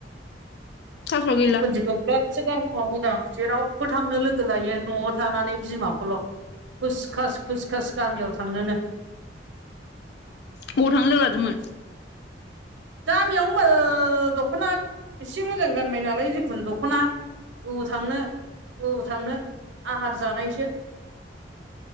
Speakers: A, on the left (about 65°); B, on the right (about 80°).
A: थास'आ गैला
B: अखुनदिखौ बिरादसो गारखोमा बोदों आं जेरावबो थांनो लोगो लायो न'आव थानानै बिमा हल' खुसखास खुसखास गामियाव थांनोनो।
A: ब थांनो लोगो लादोंमोन?
B: गामियाव नो बाल दख'ना एसे मोजां गानबाय नालाय जिखुनु दख'ना ओबाव थांनो ओबाव थांनो आहार जानायसो।